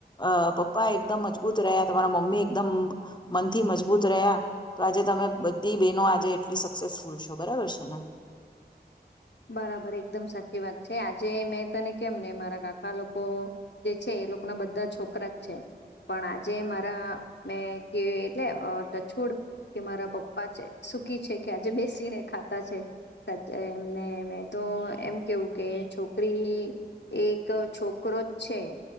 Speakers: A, on the left; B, on the left.
A: અ પપ્પા એકદમ મજબૂત રહ્યા તમારા મમ્મી એકદમ મનથી મજબૂત રહ્યા તો આજે તમે બધી બહેનો આજે એટલી સક્સેસફુલ છો બરાબર છે ને.
B: બરાબર એકદમ સાચી વાત છે આજે મેં તને કેમ ને મારા કાકા લોકો જે છે એ લોકો ના બધા છોકરા જ છે પણ આજે મારા મેં કે એટલે ટછુડ કે મારા પપ્પા છે સુખી છે કે આજે બેસીને ખાતા છે. સા ને મેં તો એમ કેવું કે છોકરી એક છોકરો જ છે